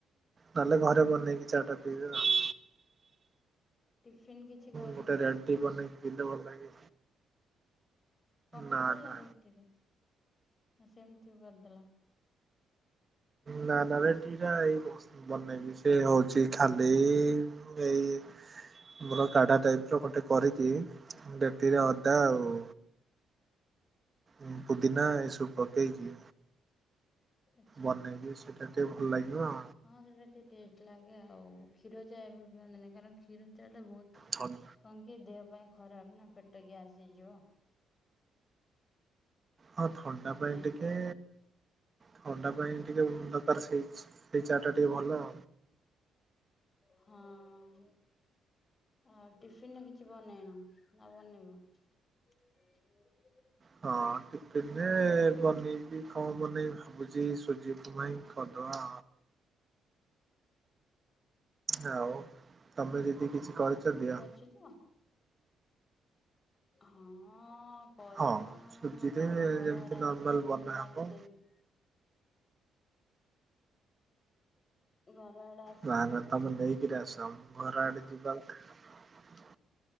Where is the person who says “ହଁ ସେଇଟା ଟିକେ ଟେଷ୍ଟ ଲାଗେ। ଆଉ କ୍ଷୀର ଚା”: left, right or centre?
Left